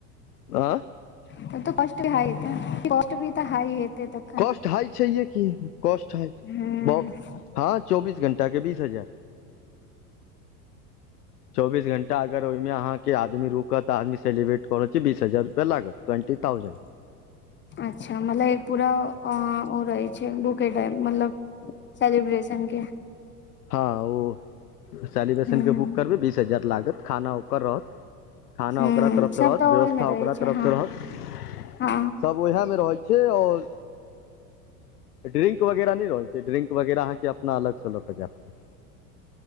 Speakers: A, on the left; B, on the left.
A: आ
B: तब त कास्ट हाइ हेतै। कास्ट भी त हाइ हेतै त।
A: कॉस्ट हाइ छैेहे की। कॉस्ट हाइ
B: हूँ
A: <inaudible> ब हं चौबीस घण्टाके बीस हजार। चौबीस घंटा अगर ओइमे अहाँके आदमी रूक कत आदमीे सेलिब्रेट क रहल छी? बीस हजार रुपैआ लागत, ट्वेंटी ताउजेन
B: अच्छा मतलब एक पूरा ओ ओ रहै छै, बू के डायल मतलब सेलिब्रेशन के।
A: हं ओ सेलिब्रेसनके
B: हूँ हूँ
A: बुक करबै बीस हजार लागत, खाना ओकर रहत। खाना
B: हूँ
A: ओकरा
B: हूँ
A: तरफ स
B: सब
A: रहत,
B: तऽ
A: व्यवस्था
B: ओहिमे रहै
A: ओकरा
B: छै
A: तरफ
B: हँ
A: स रहत <inaudible>
B: हँ
A: सब ओहे मे रहै छै आओर ड्रिंक वगैरह नै रहै छै। ड्रिंक वगैरह अहाँके अपना अलग स ल क जाए पर।